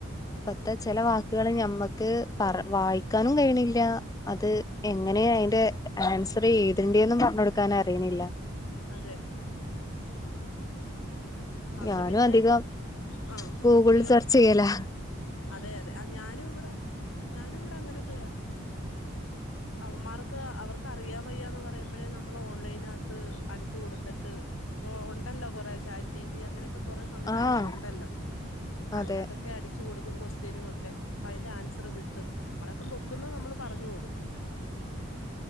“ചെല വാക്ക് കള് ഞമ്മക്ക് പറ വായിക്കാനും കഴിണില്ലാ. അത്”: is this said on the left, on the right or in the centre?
Left